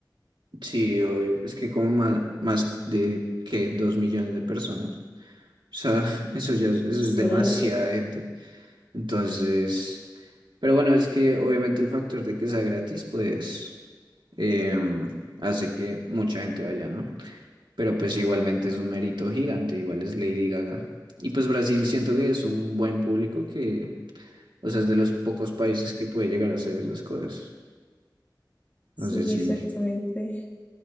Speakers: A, on the right; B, on the left.
A: Sí, obvio. Es que como más, más de que dos millones de personas. O sea, <laughs> eso ya es- eso
B: Sí,
A: es demasiada gente. Entonces, pero bueno, es que obviamente el factor de que sea gratis, pues eh, hace que mucha gente vaya, ¿no? Pero pues igualmente es un mérito gigante, igual es Lady Gaga. Y pues Brasil siento que es un buen público que, o sea, es de los pocos países que puede llegar a hacer esas cosas.
B: sí,
A: No sé si,
B: exactamente.